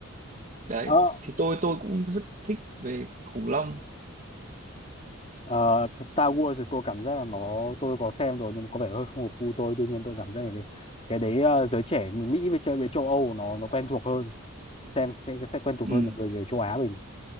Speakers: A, on the right; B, on the left.
A: đấy
B: Ờ,
A: thì tôi tôi cũng rất thích về khủng long
B: ờ, Star Wars thì tôi cảm giác là nó tôi có xem rồi nhưng mà có vẻ hơi không hợp gu tôi tuy nhiên tôi cảm giác là cái cái đấy ờ, giới trẻ Mỹ với chơi với châu Âu nó nó quen thuộc hơn xem sẽ sẽ quen thuộc
A: ừ,
B: hơn là người, người châu Á mình